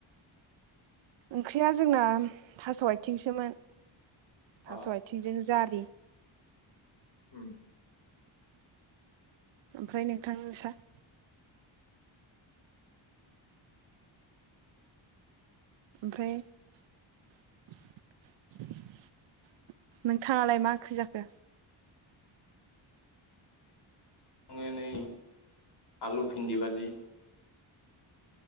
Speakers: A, on the right; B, on the left.
A: ओंख्रिया जोंना थास' आथिंसोमोन।
B: अ
A: थास' आथिंजों जारि
B: होम
A: ओमफ्राय नोंथां सान ओमफ्राय नोंथाङालाय मा ओंख्रि जाखो?
B: आङो नै आलु भिन्दि बाजि